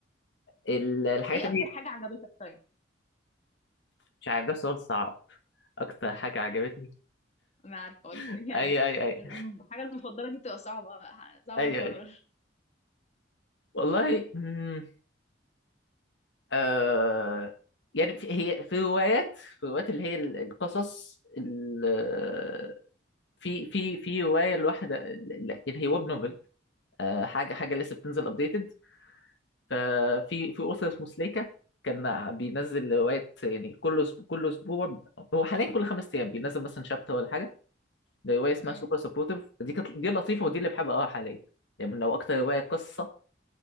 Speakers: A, on the left; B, on the left.
A: ال- الحاجات
B: ايه اكتر
A: دي
B: حاجة عجبتك طيب
A: مش عارف ده سؤال صعب أكتر حاجة عجبتني
B: انا عارفة <laughs> قلت
A: <laughs>
B: يعني
A: أي أي أي
B: الحاجة المفضلة دي بتبقى صعبة صعب
A: أي
B: نكرر
A: أي والله مم، آه يعني في هي في روايات في روايات اللي هي ال- القصص ال- في في في رواية الواحدة لا، يعني هي ويب نوفل آه، حاجة حاجة لسه بتنزل أبديتد ففي في اسس مسلكه كان بينزل روايات يعني كل أسبوع كل اسبوع هو حاليا كل خمس ايام بينزل مثلا شابتر ولا حاجه ده روايه اسمها
B: مم.
A: سوبر سبورتيف دي كانت دي لطيفه ودي اللي بحب اقراها حاليا يعني لو اكتر روايه قصه